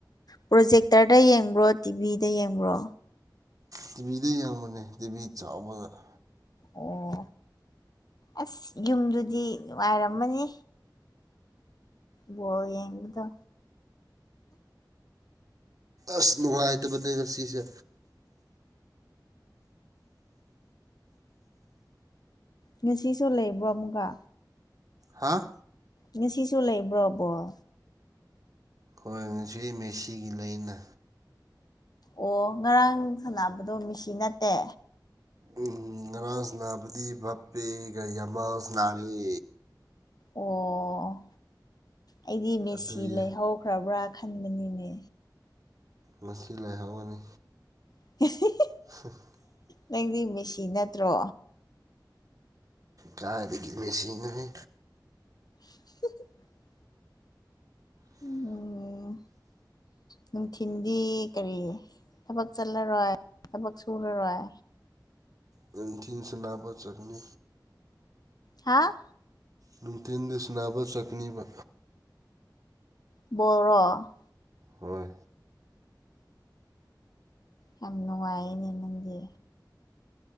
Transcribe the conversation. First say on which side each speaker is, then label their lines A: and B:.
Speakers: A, on the left; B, on the right.
A: ꯄ꯭ꯔꯣꯖꯦꯛꯇꯔꯗ ꯌꯦꯡꯕ꯭ꯔꯣ ꯇꯤꯚꯤꯗ ꯌꯦꯡꯕ꯭ꯔꯣ
B: ꯇꯤꯚꯤꯗ ꯌꯦꯡꯕꯅꯦ ꯇꯤꯚꯤ ꯆꯥꯎꯕꯗ
A: ꯑꯣ ꯑꯁ ꯌꯨꯝꯗꯨꯗꯤ ꯅꯨꯡꯉꯥꯏꯔꯝꯃꯅꯤ ꯕꯣꯜ ꯌꯦꯡꯗꯦꯗ
B: ꯑꯁ ꯅꯨꯡꯉꯥꯏꯇꯕꯅꯦ ꯉꯁꯤꯁꯦ
A: ꯉꯁꯤꯁꯨ ꯂꯩꯕ꯭ꯔꯣ ꯑꯃꯨꯛꯀ
B: ꯍꯥꯥ
A: ꯉꯁꯤꯁꯨ ꯂꯩꯕ꯭ꯔꯣ ꯕꯣꯜ
B: ꯍꯣꯏ ꯉꯁꯤꯗꯤ ꯃꯦꯁꯤꯒꯤ ꯂꯩꯅ
A: ꯑꯣ ꯉꯔꯥꯡ ꯁꯥꯟꯅꯕꯗꯣ ꯃꯤꯁꯤ ꯅꯠꯇꯦ
B: ꯎꯝ ꯉꯔꯥꯡꯥ ꯁꯅꯕꯗꯤ ꯚꯞꯄꯤ ꯀꯌꯥꯃꯁ ꯅꯥꯔꯦ
A: ꯑꯣ ꯑꯩꯗꯤ ꯃꯦꯁꯤ
B: ꯑꯗꯨꯒꯤ
A: ꯂꯩꯍꯧ ꯐ꯭ꯔꯕ꯭ꯔꯥ ꯈꯟꯕꯅꯤꯅꯦ
B: ꯉꯁꯤ ꯂꯩꯥꯏꯍꯥꯎꯒꯅꯤ
A: <inaudible>
B: <inaudible>
A: ꯅꯪꯗꯤ ꯃꯦꯁꯤ ꯅꯠꯇ꯭ꯔꯣ
B: ꯀꯥꯏꯗꯒꯤ ꯃꯦꯁꯤꯅꯣꯍꯦ
A: <inaudible>
B: <inaudible>
A: ꯎꯝ ꯅꯨꯡꯊꯤꯟꯗꯤ ꯀꯔꯤ ꯊꯕꯛ ꯆꯠꯂꯔꯣꯏ ꯊꯕꯛ ꯁꯨꯔꯔꯣꯏ
B: ꯅꯨꯡꯊꯤꯟ ꯁꯥꯅꯕ ꯆꯠꯅꯤ
A: ꯍꯥ
B: ꯅꯨꯡꯊꯤꯟꯗ ꯁꯥꯅꯕ ꯆꯠꯅꯤꯕ
A: ꯕꯣꯜꯔꯣ
B: ꯍꯣꯏ
A: ꯌꯥꯝ ꯅꯨꯡꯉꯥꯏꯌꯦꯅꯦ ꯅꯪꯗꯤ